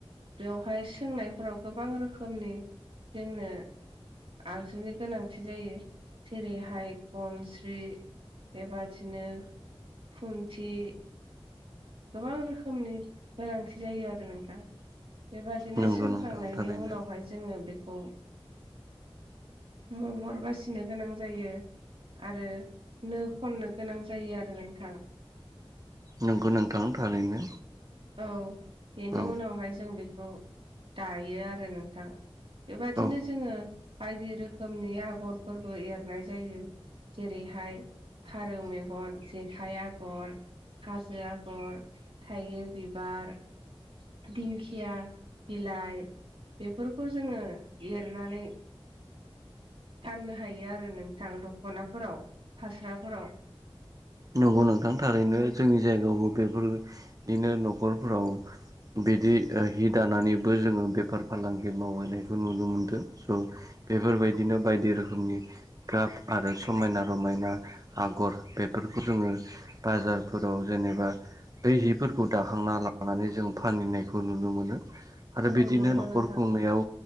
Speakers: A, on the right; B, on the right.
A: बेवहाय सोंनायफोराव गोबां रोखोमनि जोंनो आगजुनि गोनांथि जायो जेरैहाय गनस्रि बेबादिनो खुन्थि गोबां रोखोमनि गोनांथि जायो आरो नोंथां। बेबादिनो
B: नंगौ
A: सोंखांनायनि
B: नोंथां थारैनो
A: उनावहाय जोङो बेखौ महर बासिनो गोनां जायो। आरो नो खननो गोनां जायो आरो नोंथां।
B: नोंगौ नोंथां थारैनो।
A: औ बेनि
B: औ
A: उनावहाय जों बेखौ दायो आरो नोंथां। बेबादिनो
B: औ
A: जोङो बायदि रोखोमनि आगरफोरबो एरनाय जायो। जेरैहाय फारौ मेगन, जेखाइ आगर हाजो आगर, थाइगिर बिबार दिंखिया बिलाइ बेफोरखौ जोङो एरनानै फाननो हायो आरो नोंथां दख'नाफोराव फास्राफोराव।
B: नोंगौ नोंथांनि थारैनो जोंनि जायगायावबो बेफोरदिनो न'खरफोराव बिदि ओ हि दानानैबो जोङो बेफार फालांगि मावहोनायखौ नुनो मोनदों स' बेफोरबायदिनो बायदि रोखोमनि गाब आरो समायना रमायना आगर बे फोरखौ जोङो बाजारफोराव जेनेबा बै हिफोरखौ दाखांना लानानै जों फानहनायखौ नुनो मोनो। आरो
A: औ
B: बिदिनो
A: नंगौ
B: न'खर
A: नोंथां
B: खुंनायाव